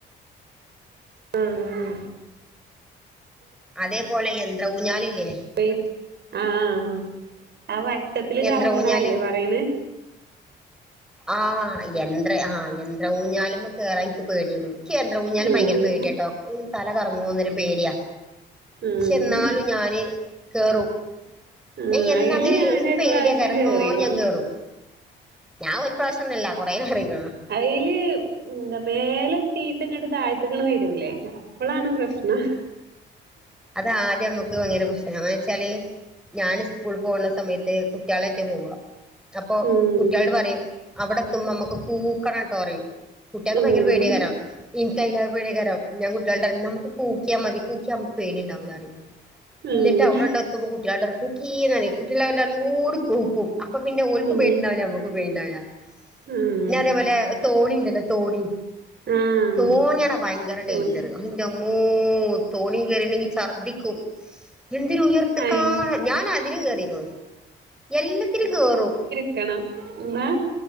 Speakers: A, on the right; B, in the centre.
A: ആഹ്
B: അതേപോലെ യന്ത്ര ഊഞ്ഞാലില്ലേ
A: വൈറ്റ് ആഹ് ആഹ് ആഹ് ആ വട്ടത്തില്
B: യന്ത്ര
A: കറങ്ങണ
B: ഊഞ്ഞാല്
A: അല്ലേ പറയണ്
B: ആഹ് യന്ത്ര ആഹ് യന്ത്ര ഊഞ്ഞാലുംമ്മെ കേറാൻ എൻക്ക് പേടിയേനു ക്കി യന്ത്ര ഊഞ്ഞാൽ
A: ഉം
B: ഭയങ്കര പേടിയ ട്ടൊ തല കറങ്ങോന്നൊരു പേടിയ
A: ആഹ്
B: ക്ഷെ എന്നാലും ഞാന് കേറും
A: ആഹ്
B: ഞാൻ എന്തങ്ങനെ
A: അയില് ഞാനൊരു
B: ഇൻക്ക് പേടിയാക്കരം
A: പ്രാവശ്യം കേറിക്ക്ണു
B: ഇന്നാലും ഞാൻ കേറും ഞാൻ ഒരു പ്രാവശ്യം ന്നൊല്ല കൊറേ കേറിക്ക്‌ണ്
A: അയ്ല് എന്താ മേലെത്തിട്ട് ഇങ്ങട്ട് താഴ്ത്തിക്കണ് വരൂല്ലേ അപ്പോളാണ് പ്രശ്നം
B: അതാദ്യം നമുക്ക് ഭയങ്കര പ്രശ്ന എന്ന്വെച്ചാല് ഞാന് സ്കൂൾ പോണ സമയത്ത് കുട്ടികളട്ടെ പോവ അപ്പൊ
A: ഉം
B: കുട്ടികളട് പറയും അവിടെ എത്തുമ്പ നമ്മുക്ക് കൂക്കണം ട്ടോറയും കുട്ട്യാക്ക്
A: ഉം
B: ഭയങ്കര പേടിയകാരം ഇൻക്ക് അതിലേറേ പേടകാരം ഞാൻ കുട്ടികളോട് പറയും നമുക്ക് കൂക്ക്യാമതി കൂക്ക്യമക്ക് പേടിണ്ടാവൂല്ലാറിം ഇന്നിട്ട്
A: ഉം
B: അവിടെണ്ട എത്തുമ്പ കുട്ടികളാണ്ട അറിം കുക്കീന്നറിം കുട്ടള എല്ലാവാരും കൂടി കൂക്കും അപ്പൊ പിന്നെ ഓൽക്കും
A: ഉം
B: പേടിണ്ടാവില്ല നമ്മക്കും പേടിണ്ടാവില്ല
A: ഉം
B: പിന്നെ അതേപോലെ തോണിണ്ടല്ലോ തോണി
A: ആഹ്
B: തോണിയാണ് ഭയങ്കര ഡേഞ്ചറ്
A: ഉം
B: ന്റമ്മോ തോണി കേരീട്ടെങ്കി ഛർദിക്കും എന്തൊരു ഉയർത്ത്ക്കാണ്
A: അയി
B: ഞാൻ അതിലും കേറിക്കുണു എല്ലത്തിലും കേറും
A: ക്കണം എന്താ